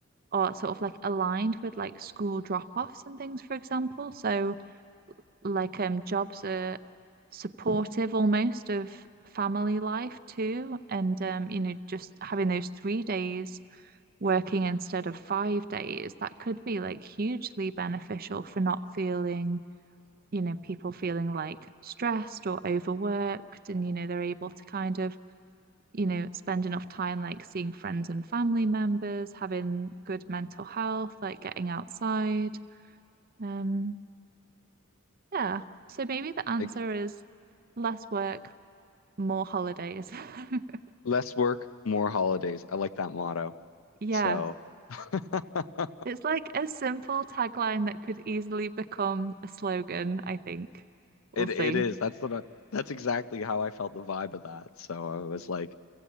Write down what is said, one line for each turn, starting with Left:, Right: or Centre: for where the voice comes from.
Right: or sort of like aligned with like school drop-offs and things, for example. So like um jobs are supportive almost of family life too. And um, you know, just having those three days working instead of five days, that could be like hugely beneficial for not feeling, you know, people feeling like stressed or overworked. And, you know, they're able to kind of you know, spend enough time like seeing friends and family members, having good mental health, like getting outside. Um, yeah. So maybe the answer
Left: it's
Right: is less work, more holidays. <laughs>
Left: less work, more holidays. I like that motto.
Right: Yeah.
Left: So <laughs>
Right: It's like a simple tagline that could easily become a slogan, I think. We'll
Left: it
Right: see.
Left: it is. That's the that's exactly how I felt the vibe of that. So I was like,